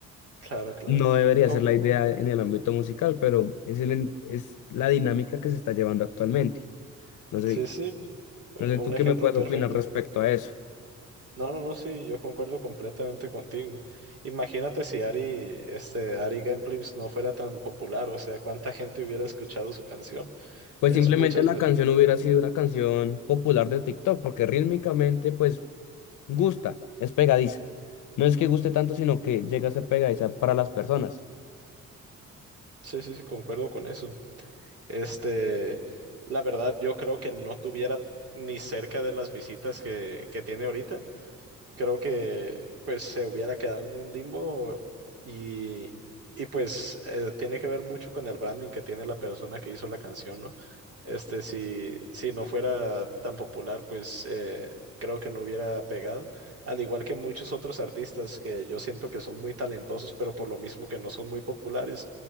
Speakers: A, on the right; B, on the left.
A: claro, claro.
B: no debería
A: Com-
B: ser la idea en el ámbito musical, pero es, el- es la dinámica que se está llevando actualmente. No sé,
A: sí, sí,
B: no sé
A: un
B: tú
A: ejemplo
B: qué me puedes
A: perfecto.
B: opinar respecto a eso.
A: No, no, no, sí, yo concuerdo completamente contigo. Imagínate si Ari, este, Ari Gameplays no fuera tan popular, o sea, cuánta gente hubiera escuchado su canción.
B: Pues
A: Es
B: simplemente
A: muchas
B: la
A: veces.
B: canción hubiera sido una canción popular de TikTok, porque rítmicamente, pues, gusta, es pegadiza. No es que guste tanto, sino que llega a ser pegadiza para las personas.
A: Sí, sí, sí, concuerdo con eso. Este, la verdad, yo creo que no tuviera ni cerca de las visitas que, que tiene ahorita. creo que pues se hubiera quedado en un limbo y, y pues eh, tiene que ver mucho con el branding que tiene la persona que hizo la canción, ¿no? Este, si, si no fuera tan popular, pues eh, creo que no hubiera pegado, al igual que muchos otros artistas que yo siento que son muy talentosos, pero por lo mismo que no son muy populares,